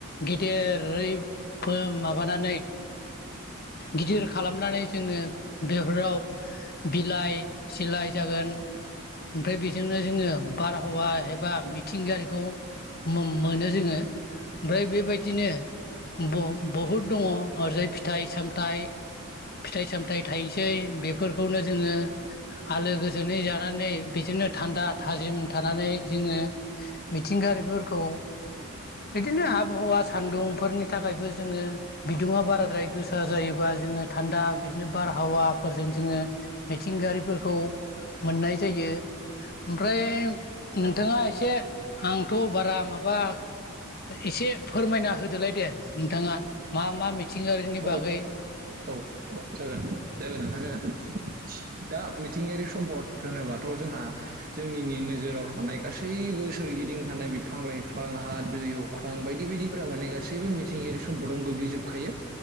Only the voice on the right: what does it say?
औ
औ औ जागोन जागोन नोंथां जागोन। दा मिथिंगायारि सम्पद होनोबाथ' जोंहा जोंनिनो नोजोराव थानाय गासै बो सोरगिदिं थानाय बिफां लाइफां हा, दै, अख्रां बायदि बायदिफोरा माने गासैबो मिथिंगायारि सम्पदाव गोग्लैजोबखायो।